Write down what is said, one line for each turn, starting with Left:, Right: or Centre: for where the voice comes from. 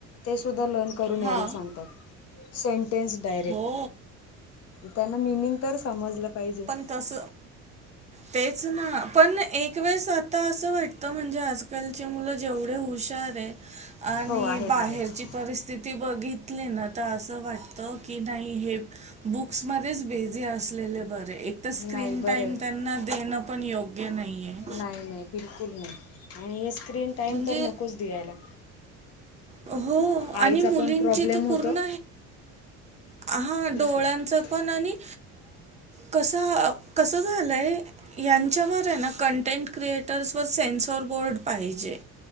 Left: तेसुद्धा लर्न करून
Right: हा
Left: यायला सांगतात सेंटेन्स डायरेक्ट
Right: हो
Left: त्यांना मिीनिंग तर समजलं पाहिजे
Right: तस तेच ना पण एक वेळेस आता असं वाट तर म्हणजे आजकालचे मुलं जेवढे हुशार आहे आणि
Left: हो आहेत
Right: बाहेरची
Left: आहेत
Right: परिस्थिती बघितली ना आता असं वाटत की नाही हे बुक्स मध्येच बेझी असलेले बरे तर स्क्रीन
Left: नाही बरं
Right: टाइम
Left: आहे
Right: त्यांना देणं पण योग्य नाही आहे
Left: नाही नाही बिलकुल नाही आणि हे स्क्रीन टाईम
Right: म्हणजे
Left: तर नकोच द्यायला
Right: हो आणि
Left: आईच
Right: मुलींची
Left: पण प्रॉब्लेम
Right: तर
Left: होतो
Right: पूर्ण हां
Left: तेच
Right: डोळ्यांचं
Left: ना
Right: पण आणि कसं कसं झालं आहे यांच्यावर आहे ना कंटेंट क्रिएटर्सवर सेन्सॉर बोर्ड पाहिजे